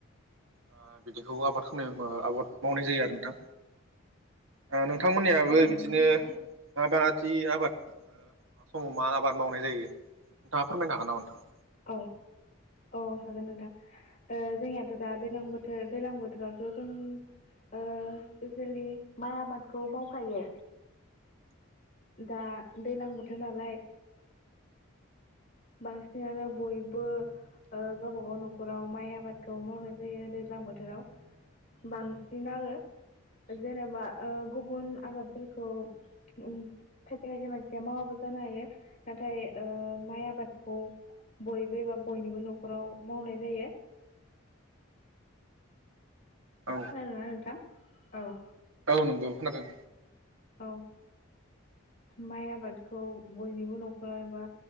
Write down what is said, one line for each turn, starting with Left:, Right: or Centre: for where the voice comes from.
Right: ओ बिदिखौ आबाद खामनाय बा आबाद मावनाय जायो आरो नोंथां। ओ नोंथांमोननियाबो
Left: औ
Right: बिदिनो
Left: नंगौ नोंथां
Right: माबादि आबाद समाव मा आबाद मावनाय जायो नोंथाङा फोरमायनो हागोन नामा नोंथां?
Left: औ औ हागोन नोंथां ओ जोंनियाथ दा दैलां बोथोर दैलां बोथोरावथ जों ओ स्पेसियेलि माइ आबादखौ मावखायो दा दैलां बोथोर नालाय बांसिनानो बयबो ओ गावबा गाव नखराव माइ आबादखौ मावनाय जायो दैज्लां बोथोराव बांसिन आरो जेनेबा ओ गुबुन आबादफोरखौ उम खायसे खायसे मानसिया मावाबो जानो हायो नाथाय ओ माइ आबाद खौ बयबो एबा बयनिबो नखराव मावनाय जायो।
Right: औ
Left: खोनादोंना नोंथां? औ
Right: औ नंगौ खोनादों
Left: औ ओ माइ आबादखौ बयनिबो नखराव एबा